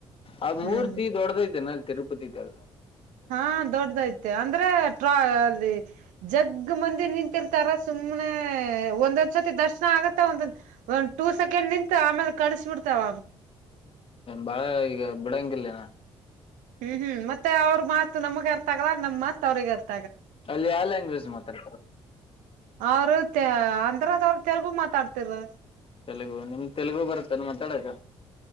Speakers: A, on the left; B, on the right.
A: ಆ
B: ಹ್ಮ್
A: ಮೂರ್ತಿ ದೊಡದೈಐತೆನೆ ಅಲ್ಲಿ ತಿರುಪತಿ ್ದಾಗ
B: ಹಾ ದೊಡ್ಡದಐತೆ ಅಂದ್ರೆ ಟ್ರಾ ಅಲ್ಲಿ ಜಗ್ ಮಂದಿರ್ ನಿಂತಿರ್ತಾರ ಸುಮ್ನೆ ಒಂದೊಂದ್ ಸರ್ತಿ ದರ್ಶನ ಆಗುತ್ತ ಒಂದ ಒಂದ್ ಟೂ ಸೆಕೆಂಡ್ ನಿಂತು ಆಮೇಲೆ ಕಳಸಬಿಡ್ತಾವ
A: ಬಾಳ ಈಗ ಬಿಡಂಗಿಲ್ಲೇನ
B: ಹ್ಮ್ ಹ್ಮ್ ಮತ್ತೆ ಅವ್ರ ಮಾತ್ ನಮಗ ಅರ್ತಾಗಲ್ಲ ನಮ್ ಮಾತ್ ಅವ್ರಗ ಅರ್ತ
A: ಅಲ್ಲಿ ಎಲ್ಲ ಲಾಂಗ್ವೇಜ್ ಮಾತಾಡ
B: ಅವರು ಅಂದ್ರದ ಅವ್ರ ತೆಲುಗು ಮಾತಾಡ್ತಿರ
A: ತೆಲುಗು ನಿಮ ತೆಲುಗು ಬರುತ್ತಲ್ಲ ಮಾತಾಡಕ